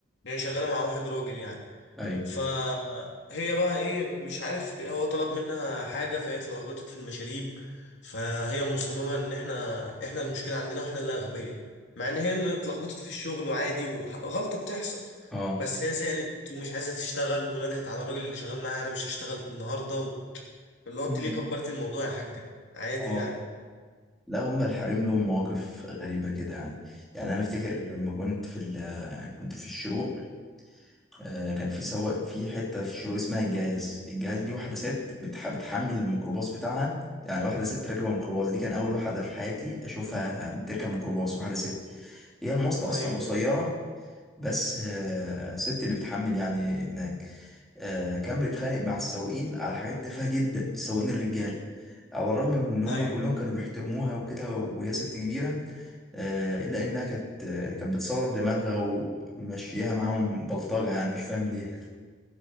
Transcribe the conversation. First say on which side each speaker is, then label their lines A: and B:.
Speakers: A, on the left; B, in the centre.
A: هي شغالة مع واحد راجل يعني
B: ايوه
A: فهي بقى ايه مش عارف هو طلب منها حاجة فهي اتلخبطت في المشاريب فهي مصممة ان احنا احنا المشكلة عندنا واحنا اللي اغبياء مع ان هي اللي اتلخبطت في الشغل وعادي وغلطة بتحصل
B: اه
A: بس هي زعلت ومش عايزة تشتغل وندهت على الراجل اللي شغال معاها انا مش هشتغل النهاردة اللي هو
B: مم.
A: انت ليه كبرت الموضوع يا حاجة عادي
B: اه
A: يعني
B: لا هم الحريم لهم مواقف غريبة كده يعني يعني أنا أفتكر لما كنت في ال كنت في الشروق آه، كان في سواق في حتة في الشروق اسمها الجاز الجاز دي واحدة ست بتح بتحمل الميكروباص بتاعها يعني واحدة ست راكبة ميكروباص دي كان أول واحدة في حياتي أشوفها بتركب ميكروباص واحدة ست هي المواصلة
A: ايوه
B: أصلا قصيرة بس آه، الست اللي بتحمل يعني هناك آه، كان بيتخانق مع السواقين على حاجات تافهة جدا السواقين الرجالة على الرغم من ان هم
A: ايوه
B: كلهم كانوا بيحترموها وكده وهي ست كبيرة آه، الا انها كانت آه، كانت بتصور دماغها ومشيها معاهم بلطجة يعني مش فاهم ليه